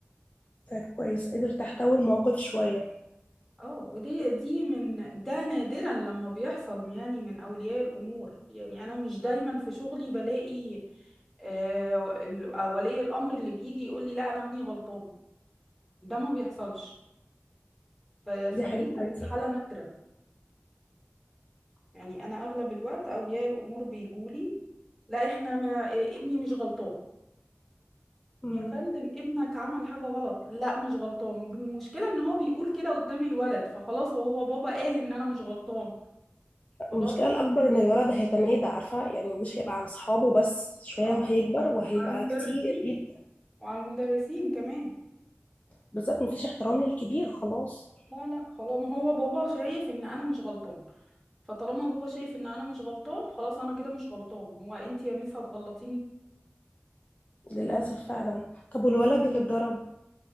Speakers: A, on the left; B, in the centre.
A: طيب كويس قدر تحتوي الموقف شوية
B: اه ودي دي من ده نادرا لما بيحصل يعني من اولياء الامور يعني انا مش دايما في شغلي بلاقي آه، ال- آه، ولي الامر اللي بيجي يقول لي لا انا ابني غلطان ده ما بيحصلش ف- فدي
A: دي حاجة
B: كانت
A: كويسة
B: حالة
A: فعلا
B: نادرة يعني انا اغلب الوقت اولياء الامور بيجولي لا احنا ما إيه، ابني مش غلطان
A: مم.
B: يا فندم ابنك عمل حاجة غلط لا مش غلطان والمشكلة ان هو بيقول كده قدام الولد فخلاص هو بابا قال ان انا مش غلطان خلاص
A: المشكلة الأكبر إن الولد هيتميد عارفة يعني مش هيبقى عن صحابه بس شوية
B: آه.
A: وهيكبر وهيبقى
B: على المدرسين
A: كتير جدا
B: وعلى المدرسين كمان
A: بالظبط مفيش احترام للكبير خلاص
B: لا لا خلاص ما هو بابا شايف ان انا مش غلطان فطالما بابا شايف ان انا مش غلطان خلاص انا كده مش غلطان هو انت يا ميس هتغلطيني
A: للأسف فعلا طب والولد اللي اتضرب